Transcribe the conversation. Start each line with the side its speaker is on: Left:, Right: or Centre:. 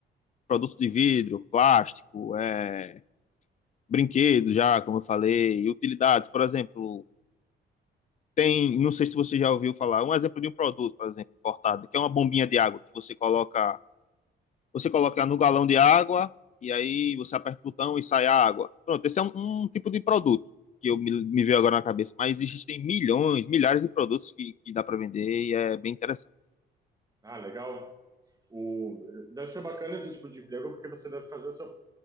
Left: produtos de vidro, plástico, é, brinquedo já, como eu falei, e utilidades, por exemplo, tem, não sei se você já ouviu falar, um exemplo de um produto, por exemplo, cortado, que é uma bombinha de água que você coloca você coloca no galão de água e aí você aperta o botão e sai a água. Pronto, esse é um, um tipo de produto que eu me, me veio agora na cabeça, mas existem milhões, milhares de produtos que, que dá para vender e é bem interessante.
Right: Ah, legal. O, deve ser bacana esse tipo de emprego, porque você deve fazer o seu